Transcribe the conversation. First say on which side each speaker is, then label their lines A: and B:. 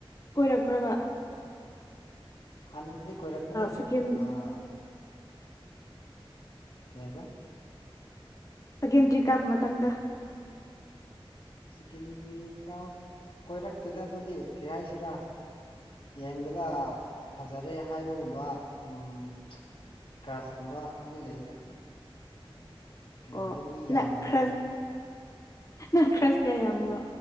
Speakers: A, on the left; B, on the left.
A: ꯀꯣꯏꯔꯛꯄꯔꯕ
B: ꯍꯥꯟꯅꯗꯤ ꯀꯣꯏꯔꯛꯄꯅꯦ
A: ꯁꯦꯀꯦꯟ
B: ꯑꯥ ꯀꯩ ꯍꯥꯏꯕ
A: ꯁꯦꯀꯦꯟꯗꯔꯤ ꯀꯥꯕ ꯃꯇꯝꯗ
B: ꯁꯦꯀꯦꯟꯗꯔꯤ ꯀꯥꯕ ꯀꯣꯏꯔꯛꯇꯦꯗ ꯑꯗꯨꯗꯤ ꯀꯔꯤ ꯍꯥꯏꯁꯤꯔꯥ ꯌꯦꯡꯕꯗ ꯐꯖꯔꯦ ꯍꯥꯏꯕꯒꯨꯝꯕ ꯎꯝ ꯀꯔꯁ ꯀꯨꯝꯕ ꯑꯗꯨꯗꯤ ꯂꯩꯗ ꯀꯦꯟꯗꯤꯗꯤ
A: ꯑꯣ
B: ꯃꯤ ꯌꯥꯝꯕꯅꯤꯅ
A: ꯅꯪ ꯈꯔ ꯅꯪ ꯀꯔꯁ ꯀꯌꯥ ꯌꯥꯝꯕ꯭ꯔꯣ